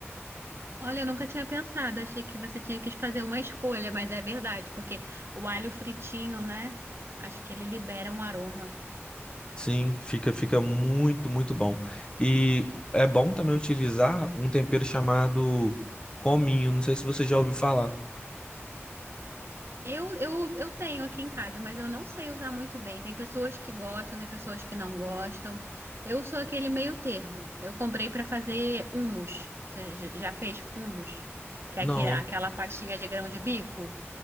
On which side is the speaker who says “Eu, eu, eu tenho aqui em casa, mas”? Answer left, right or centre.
Right